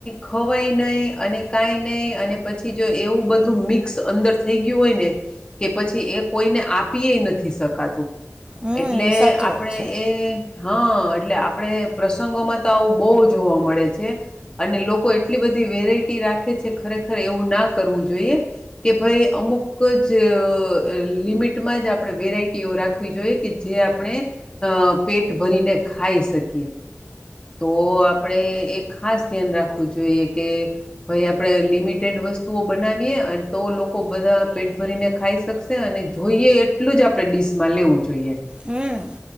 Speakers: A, on the left; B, on the right.
A: ખવાય નહીં અને કાંઈ નહીં અને પછી જો એવું બધું મિક્સ અંદર થઈ ગયું હોય ને કે પછી એ કોઈને આપી એ નથી શકાતું
B: હમ
A: એટલે
B: સાચી
A: આપણે
B: વાત છે
A: એ હા એટલે આપણે પ્રસંગોમાં તો આવું બહુ જોવા મળે છે. અને લોકો એટલી બધી વેરાયટી રાખે છે ખરેખર એવું ના કરવું જોઈએ કે ભાઈ અમુક જ લિમિટમાં જ આપણે વેરાયટીઓ રાખ રાવી જોઈ કે જે આપણે પેટ ભરીને ખાઈ શકીએ તો આપણે એક ખાસ ધ્યાન રાખવું જોઈએ કે ભાઈ આપણે લિમિટેડ વસ્તુઓ બનાવીએ અને તો લોકો બધા પેટ ભરીને ખાઈ શકશે. અને જોઈએ એટલું જ આપણે ડીશમાં લેવું જોઈએ.
B: હમ